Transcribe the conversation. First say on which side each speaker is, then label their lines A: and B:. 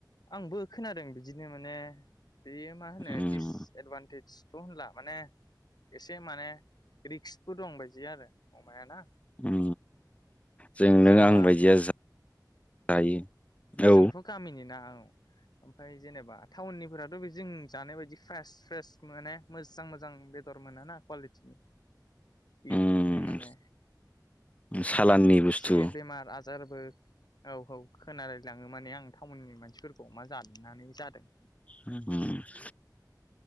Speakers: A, on the left; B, on the left.
A: आंबो खोनादों बिदिनो माने बेयो मा होनो
B: उम
A: दिसएदभान्टेज सिथ होला माने एसे माने रिक्सबो दं बादि आरो अमायाना
B: उम जों नों
A: जेनेबा
B: आं बायदिया जायो औ
A: जोंथ गामिनि ना औ ओमफ्राय जेनेबा टाउननिफोराथ बे जों जानाय बायदि फ्रेस फ्रेस मोने मोजां मोजां बेदर मोनाना कुवालिटिनि बेफोरनो
B: उम
A: माने
B: सालाननि बुस्थु
A: एसे बेमार आजारबो औ औ खोनादों लाङो माने आं टाउननि मानसिफोरखौ अमा जानानै जादों
B: दा